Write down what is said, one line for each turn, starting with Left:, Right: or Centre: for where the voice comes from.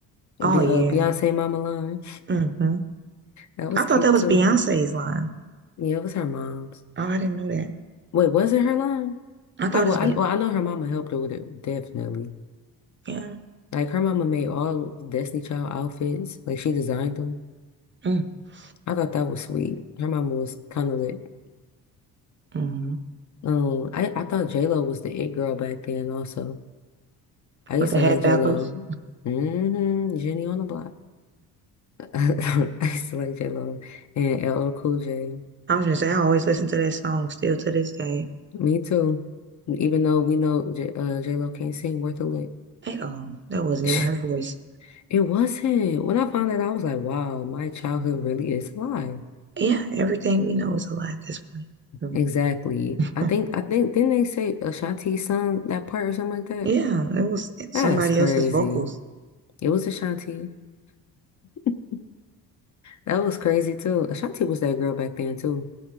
Right: Oh
Left: Be-
Right: yeah.
Left: uh, Beyonce Mama Line.
Right: hmm
Left: That was
Right: I thought
Left: cute
Right: that was
Left: too.
Right: Beyonce's line.
Left: Yeah, it was her mom's.
Right: Oh, I didn't know that.
Left: Wait, was it her line?
Right: I thought
Left: I well,
Right: it's Beyonce.
Left: I, well, I know her mama helped her with it, definitely.
Right: Yeah.
Left: Like her mama made all Destiny Child outfits. Like she designed them.
Right: Mm-hmm.
Left: I thought that was sweet. Her mama was kind of lit.
Right: Mm-hmm.
Left: Um, I, I thought J-Lo was the it girl back then also. I used
Right: With the
Left: to
Right: hat
Left: like J-Lo.
Right: backwards.
Left: Mm-hmm. Jenny on the block. <laughs> I used to like J-Lo and LL Cool J.
Right: I was gonna say I always listen to that song still to this day.
Left: Me too. Even though we know J, uh, J-Lo can't sing worth a lick.
Right: Hey, oh, that wasn't
Left: <laughs>
Right: even her voice.
Left: It wasn't. When I found that, I was like, wow, my childhood really is a lie.
Right: Yeah, everything we know is a lie at this point.
Left: Exactly.
Right: Mm.
Left: I think,
Right: <laughs>
Left: I think, didn't they say Ashanti sung that part or something like that?
Right: Yeah, it was somebody
Left: That's crazy.
Right: else's vocals.
Left: It was Ashanti. <laughs> That was crazy too. Ashanti was that girl back then too.